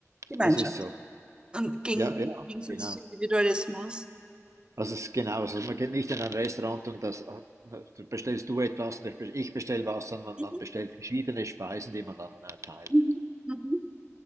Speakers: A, on the right; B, on the right.
A: Gemeinschaft
B: das ist so.
A: und gegen
B: Ja, ja,
A: Gegensatz
B: genau.
A: zu Individualismus.
B: Also es ist genau so. Man geht nicht in ein Restaurant und das äh, bestellst du etwas und ich bestelle was, sondern
A: Mhm.
B: man man bestellt verschiedene Speisen, die man dann äh, teilt.
A: Mhm. Mhm.